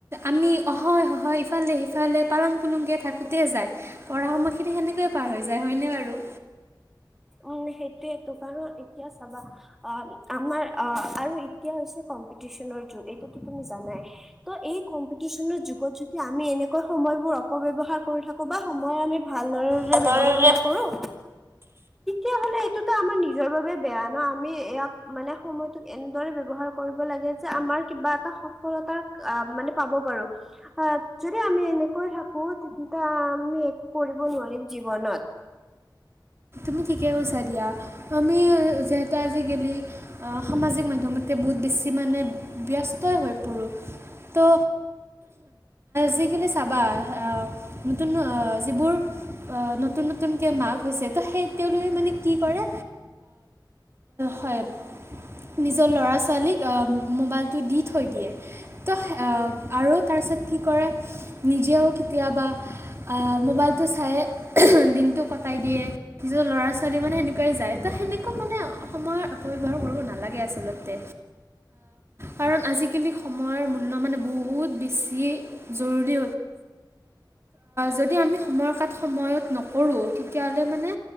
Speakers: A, on the right (about 35°); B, in the centre.
A: আমি অহয় সহয় ইফালে সি সিফালে পালাং পুলুংকে থাকোঁতে যায় পঢ়া সময়খিনি সেনেকৈয়ে পাৰ হৈ যায় হয়নে বাৰু
B: উম সেইটোৱেটো কাৰণ এতিয়া চাবা আ আমাৰ আ আৰু এতিয়া হৈছে কম্পিটিচন যোগ এইটো তুমি জানাই, ত এই কম্পিটিচনৰ যোগত যদি আমি এনেকৈ সময়বোৰ অ অবৱ্যহাৰ কৰি থাকো বা সময় আমি ভালদৰে
A: ভালদৰে
B: ব্যৱহাৰ নকৰো। তেয়া হ'লে এইটোতো আমাৰ নিজৰ বাবে বেয়া ন আমি ইয়াক মানে সময়টোক এনেদৰে ব্যৱহাৰ কৰিব লাগে। যে আমাৰ কিবা এটা সফলতা মানে পাব পাৰো আহ যদি আমি এনেকৈ থাকো। আমি একো কৰিব নোৱাৰিম জীৱনত।
A: আমি ঠিকে পইচা দা আমি যতে আজি গেলে। সামাজিক মাধ্যমতে বহুত বেছি মানে ব্যস্তই হৈ পৰো তো যিখিনি চাবা আহ, নতুন যিবোৰ। অ, নতুন নতুনকে মাক হৈছে ত' সেই। তেওঁলোকে মানে কি কৰে হয়। নিজৰ ল'ৰা ছোৱালীক মোবাইলটো দি থৈ দিয়ে তো আৰু ত কি কৰে নিজেও কেতিয়াবা আ, মোবাইল চাই দিনটো কটাই দিয়ে। নিজৰ ল'ৰা ছোৱালী মানে সেনেকুৱাই যায় তো সেনেকুৱা মানে সময়ৰ অপব্যৱহাৰ কৰিব নালাগে আচলতে। কাৰণ আজিকালি সময়ৰ মূল্য মানে বহুত বেছি জৰুৰী। যদি আমি সময় কাত সময়ত নকৰো তেতিয়াহ'লে মানে।